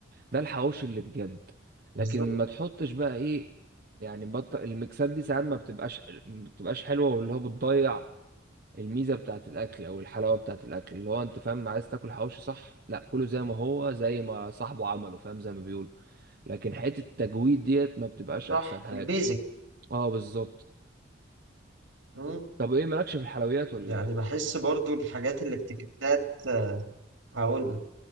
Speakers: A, on the right; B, on the right.
A: ده الحواوشي اللي بجد
B: بالظبط
A: لكن ما تحطش بقى ايه يعني بط... الميكسات دي ساعات ما بتبقاش ما بتبقاش حلوه واللي هو بتضيع الميزه بتاعت الاكل او الحلاوه بتاعت الاكل اللي هو انت فاهم عايز تاكل حواوشي صح لا كله زي ما هو زي ما صاحبه عمله فاهم زي ما بيقولوا لكن حته التجويد ديت ما بتبقاش
B: صح
A: احسن حاجه
B: البيزك
A: اه بالظبط
B: امم
A: طب ايه مالكش في الحلويات ولا
B: يعني
A: ايه
B: بحس برضو الحاجات اللي افتكاسات هقول